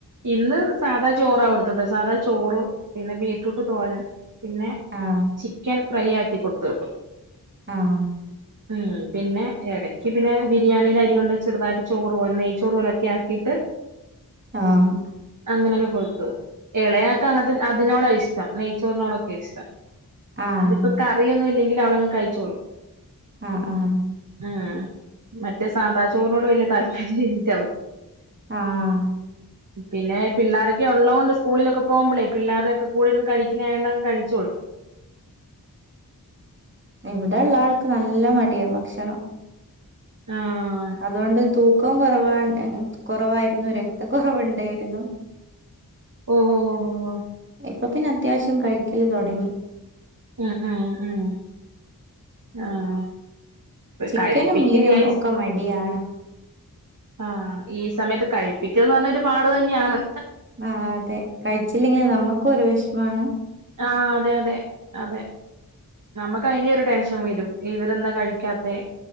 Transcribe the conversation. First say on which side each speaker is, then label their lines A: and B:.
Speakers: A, on the right; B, on the right.
A: ഇന്ന് സാധാ ചോറാകൊടുത്തത് സാധാ ചോറ് പിന്നെ ബീറ്റ്രൂട്ട് തോരൻ. പിന്നെ
B: ആ
A: ചിക്കൻ ഫ്രൈ ആക്കി കൊടുത്തു വിട്ടു.
B: ആഹ്
A: ഉം പിന്നെ ഇടക്ക് പിന്നെ ബിരിയാണിയുടെ അരി കൊണ്ട് ചെറുതായിട്ട് ചോറ് പോല നെയ് ചോറ് പോലൊക്കെ ആക്കിയിട്ട്.
B: ആഹ്
A: അങ്ങനെയൊക്കെ കൊടുത്തു ഇളയാ ക്ക് അങ്ങനത്തെതിനോടാ ഇഷ്ടം നെയ്ച്ചോറിനോടൊക്കെ ഇഷ്ടം.
B: ആഹ്
A: അതിപ്പോ കറിയൊന്നും ഇല്ലെങ്കിലും അവളങ്ങ് കഴിച്ചോളും.
B: ആഹ് ആഹ്
A: ഉം മറ്റേ സാധാ ചോറിനോട് വലിയ താല്പര്യം ഇല്ല അവൾക്ക്.
B: ആഹ്
A: പിന്നെ പിള്ളാരൊക്കെ ഉള്ളതത് കൊണ്ട് സ്കൂളിലൊക്കെ പോകുമ്പോളേ പിള്ളാരൊക്കെ. കൂടെയിരുന്ന് കഴിക്കുന്നെ ആ യോണ്ട് കഴിച്ചോളും.
B: ഇവിടെള്ള ആൾക്ക് നല്ല മടിയാണ് ഭക്ഷണം.
A: ആഹ്
B: അതുകൊണ്ട് തൂക്കം കുറവാ കുറവായിരുന്നു രക്ത കുറവുണ്ടായിരുന്നു.
A: ഓ ഓ ഓ ഓ ഓ
B: ഇപ്പൊ പിന്നെ അത്യാവശ്യം കഴിക്കല് തുടങ്ങി.
A: ഉം ഉം ഉം ആഹ്
B: ചിക്കനും
A: കഴിപ്പിക്ക്
B: മീനും
A: ഐസ്
B: ഒക്കെ മടിയാണ്.
A: ആഹ് ഈ സമയത്ത് കഴിപ്പിക്കൽന്ന് പറഞ്ഞ ഒരു പാട് തന്നെയാണ്.
B: ആ അതെ കഴിച്ചില്ലെങ്കിൽ നമ്മുക്കും ഒരു വിഷമാണ്.
A: ആഹ് അതെ അതെ അതെ ഞമ്മക്കയ്ന്റൊരു ടെൻഷൻ വെരും ഇവരെന്താ കഴിക്കാത്തെ